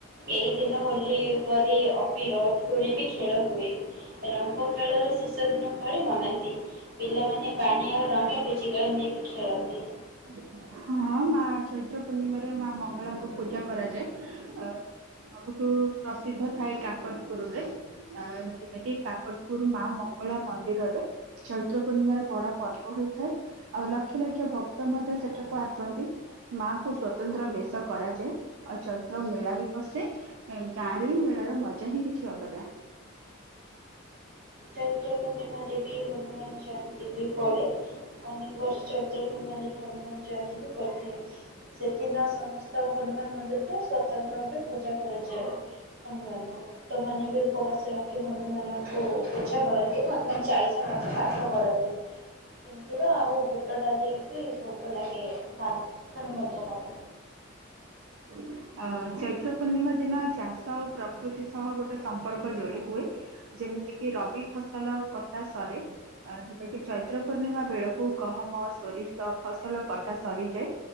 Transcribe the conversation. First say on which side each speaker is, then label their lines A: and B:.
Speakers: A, on the right; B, on the right.
A: ଏଇ ଦିନ ହୋଲି ପରି ଅବିର ଧୂଳି ବି ଖେଳ ହୁଏ। ରଙ୍ଗ ଖେଳର ଶେଷ ଦିନ ଭଳି ମନାନ୍ତି। ପିଲାମାନେ ପାଣି ଆଉ ରଙ୍ଗ ପିଚିିକାଳି ନେଇକି ଖେଳନ୍ତି।
B: ହଁ। ହଁ ମା ଚୈତ୍ର ପୂର୍ଣ୍ଣିମାରେ ମା ମଙ୍ଗଳାଙ୍କୁ ପୂଜା କରାଯାଏ। ଆ ସବୁଠୁ ପ୍ରସିଦ୍ଧ ଥାଏ କାକଟପୁରରେ। ଆ ଯୋଉଟା କିି କାକଟପୁର ମା ମଙ୍ଗଳା ମନ୍ଦିରରେ ଚୈତ୍ର ପୂର୍ଣ୍ଣିମାର ବଡ ପର୍ବ ହୋଇଥାଏ, ଆଉ ଲକ୍ଷ ଲକ୍ଷ ଭକ୍ତ ମଧ୍ୟ ସେଠାକୁ ଆସନ୍ତି। ମା ଙ୍କୁ ସ୍ଵତନ୍ତ୍ର ବେଶ କରାଯାଏ, ଆଉ ଚୈତ୍ର ମେଳା ବି ବସେ ଗାଁରେ ବି ମେଳାର ମଜା ହିଁ କିଛି ଅଲଗା।
A: ଚୈତ୍ର ପୂର୍ଣ୍ଣିମାରେ ବି ହନୁମାନ ଜୟନ୍ତୀ ବି ପଡେ, ଅନେକ ବର୍ଷ ଚୈତ୍ର ପୂର୍ଣ୍ଣିମା ଦିନ ହନୁମାନ ଜୟନ୍ତିି ବି ପଡିଥାଏ। ସେଦିନ ସମସ୍ତ ହନୁମାନ ମନ୍ଦିରରେ ସ୍ୱତନ୍ତ୍ର ଭାବେ ପୂଜା କରାଯାଏ ହନୁମାନଙ୍କୁ ଭକ୍ତମାନେ ବି ଉପବାସ ରଖି ହନୁମାନଙ୍କୁ ପୂଜା କରନ୍ତି ହନୁ ମାନ ଚାଳିଶ ମଧ୍ୟ ପାଠ କରନ୍ତି। ର ଆଉ ବୁଟ ଡାଲି ବି ଭୋଗ ଲାଗେ <unintelligible> ପାଖରେ।
B: ଅ ଚୈତ୍ର ପୂର୍ଣ୍ଣିମା ଦିନ ଚାଷ ଆଉ ପ୍ରକୃତି ସହ ଗୋଟେ ସମ୍ପର୍କ ଯୋଡି ହୁଏ। ଯେମିତି କିି ରବି ଫସଲ କଟା ସରେ ଯଉଟା କିି ଚୈତ୍ର ପୂର୍ଣ୍ଣିମା ବେଳକୁ ଗହମ ସୋରିଷ ଫସଲ କଟା ସରିଯାଏ।